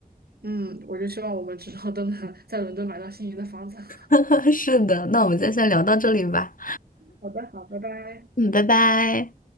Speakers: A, on the right (about 85°); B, on the left (about 60°).
A: 嗯，我就希望我们之后都能 <laughs> 在伦敦买到心仪的房子。<laughs>
B: <laughs> 是的，那我们今天先聊到这里吧。
A: 好的，好，拜拜。
B: 嗯，拜拜。